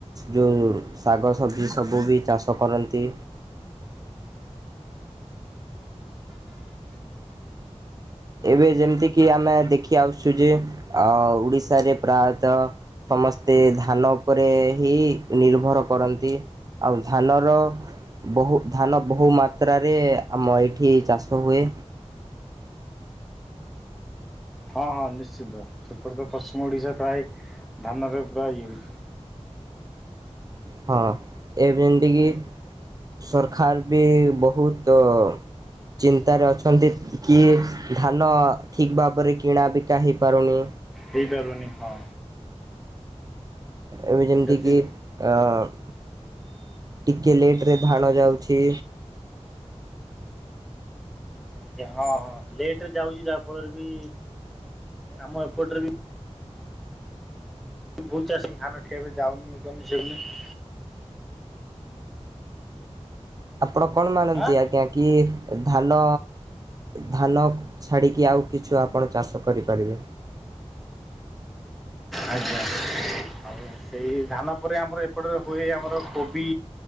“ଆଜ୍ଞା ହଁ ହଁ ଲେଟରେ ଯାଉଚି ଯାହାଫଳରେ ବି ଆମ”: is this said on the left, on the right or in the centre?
Centre